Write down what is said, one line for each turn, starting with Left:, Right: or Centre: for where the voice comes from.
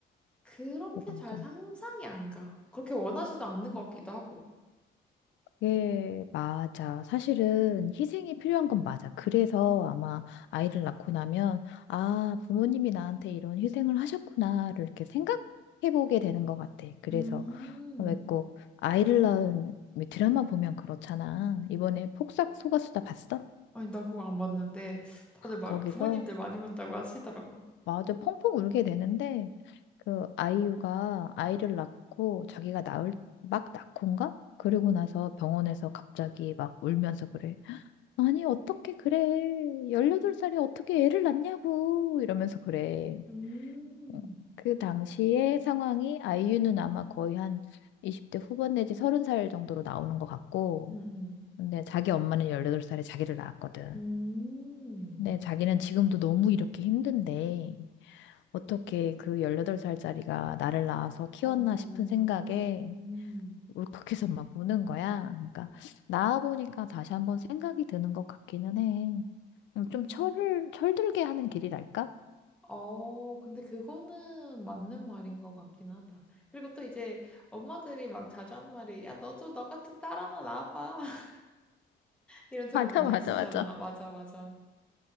Centre: 그런 게
Left: 맞아.
Centre: 잘 상상이 안 가. 그렇게 원하지도 않는 것 같기도 하고.
Left: 예, 맞아. 사실은 희생이 필요한 건 맞아. 그래서 아마 아이를 낳고 나면, 아, 부모님이 나한테 이런 희생을 하셨구나를 이렇게 생각해보게 되는 것 같아. 그래서
Centre: 음.
Left: 왜 꼭 아이를 낳은 왜 드라마 보면 그렇잖아. 이번에 폭삭 속았수다 봤어?
Centre: 아니, 나 그거 안 봤는데, 다들 막
Left: 거기서
Centre: 부모님들 많이 본다고 하시더라고.
Left: 맞아 펑펑 울게 되는데 그 아이유가 아이를 낳고 자기가 낳을 막 낳고인가? 그리고 나서 병원에서 갑자기 막 울면서 그래. 아니, 어떻게 그래. 18살이 어떻게 애를 낳냐고. 이러면서 그래.
Centre: 음,
Left: 어, 그 당시의 상황이 아이유는 아마 거의 한 20대 후반 내지 30살 정도로 나오는 것 같고.
Centre: 음, 음,
Left: 근데 자기 엄마는 18살에 자기를 낳았거든.
Centre: 음,
Left: 근데 자기는 지금도 너무 이렇게 힘든데 어떻게 그 18살짜리가 나를 낳아서 키웠나
Centre: 어,
Left: 싶은 생각에
Centre: 음,
Left: 울컥해서 막 우는 거야. 그러니까 낳아보니까 다시 한번 생각이 드는 것 같기는 해. 어, 좀
Centre: 음.
Left: 철을, 철들게 하는 길이랄까?
Centre: 어, 근데 그거는 맞는 말인 것 같긴 하다. 그리고 또 이제 엄마들이 막 자주 하는 말이, 야, 너도 너 같은 딸 하나 낳봐 <laughs> 이런 소리
Left: <laughs> 맞아,
Centre: 많이
Left: 맞아,
Centre: 하시잖아.
Left: 맞아.
Centre: 맞아, 맞아.